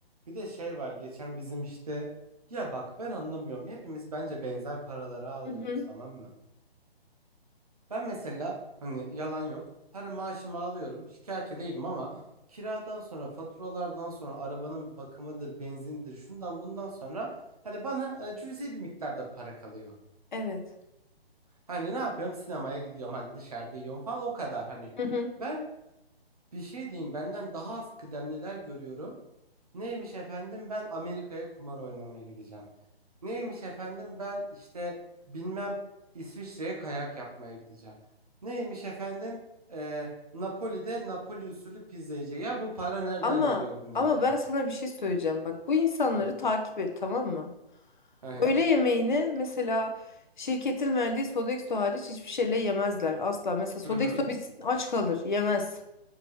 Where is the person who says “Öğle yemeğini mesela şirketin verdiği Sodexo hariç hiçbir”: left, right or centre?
Left